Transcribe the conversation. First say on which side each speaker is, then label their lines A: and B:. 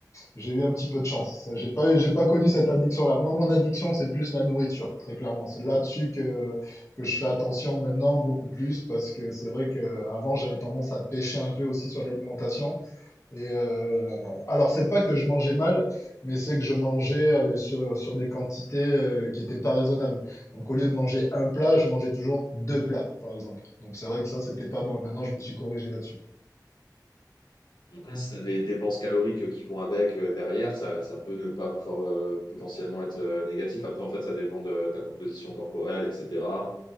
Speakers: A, on the left (about 45°); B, on the left (about 80°).
A: j'ai eu un petit peu de chance. J'ai pas, j'ai pas connu cette addiction-là. Moi, mon addiction, c'est plus la nourriture, très clairement. C'est là-dessus que, que je fais attention maintenant, beaucoup plus, parce que c'est vrai qu'avant, j'avais tendance à pêcher un peu aussi sur l'alimentation. Et euh, alors, c'est pas que je mangeais mal, mais c'est que je mangeais avec- sur, sur des quantités euh, qui n'étaient pas raisonnables. Donc, au lieu de manger un plat, je mangeais toujours deux plats, par exemple. Donc, c'est vrai que ça, c'était pas bon. Et maintenant, je me suis corrigé là-dessus.
B: Mm. Après, si tu as des dépenses caloriques qui vont avec euh, derrière, ça, ça peut ne pas fort, euh, potentiellement être euh, négatif. Après, en fait, ça dépend de ta composition corporelle, etc.